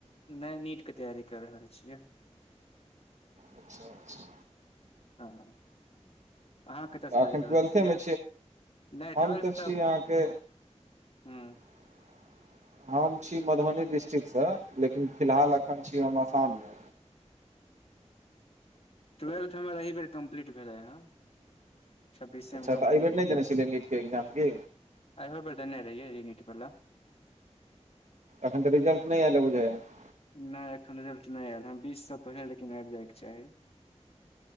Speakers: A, on the left; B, on the right.
A: नहि, नीटके तैयारी कऽ रहल छियै।
B: अच्छा अच्छा
A: हँ अहाँ कतऽ
B: तऽ
A: सँ
B: एखन
A: बाजि रहल
B: ट्वेल्थेमे
A: छियै? नहि,
B: हम
A: ट्वेल्थ तऽ?
B: छी अहाँके
A: हूँ
B: <inaudible> हम छी मधुबनी डिस्ट्रिक्टसँ, लेकिन फिलहाल
A: अच्छा।
B: एखन हम आसाममे छी।
A: ट्वेल्थ हमर एहि बेर कम्प्लीट भेलै हे। छब्बीसमे
B: अच्छा
A: कम्प्लीट
B: तऽ एहिबेर नहि
A: भेलै,
B: देने छलियै नीटके एक्जाम की
A: एहिबेर देने रहियै नीट वाला।
B: अखन तऽ रिजल्ट नहि आयल बुझाइ छै।
A: नहि एखन रिजल्ट नहि आयल हं बीस सँ पहिले लेकिन आबि जायके चाही